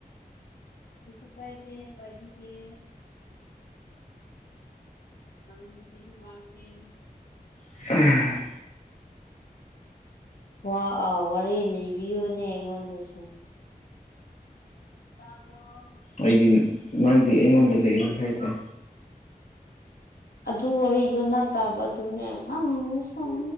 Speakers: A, on the left; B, on the left.
A: ꯀꯩꯁꯨ ꯀꯥꯏꯗꯤ ꯄꯥꯏꯕꯤꯒꯦ ꯅꯪ ꯅꯨꯄꯤꯁꯨ ꯉꯥꯡꯗꯦ <unintelligible>
B: <unintelligible>
A: ꯋꯥ ꯑꯥ ꯋꯥꯔꯤ ꯂꯤꯕꯤꯌꯨꯅꯦ ꯑꯩꯉꯣꯟꯗꯁꯨ ꯇꯥꯕ꯭ꯔꫭ
B: ꯑꯩꯗꯤ ꯅꯪꯗꯤ ꯑꯩꯉꯣꯟꯗ ꯂꯩꯔꯣꯏ ꯍꯥꯏꯗꯥꯏ
A: ꯑꯗꯨ ꯋꯥꯔꯤꯗꯨ ꯅꯠꯇꯕꯗꯨꯅꯦ ꯅꯪ ꯁꯝ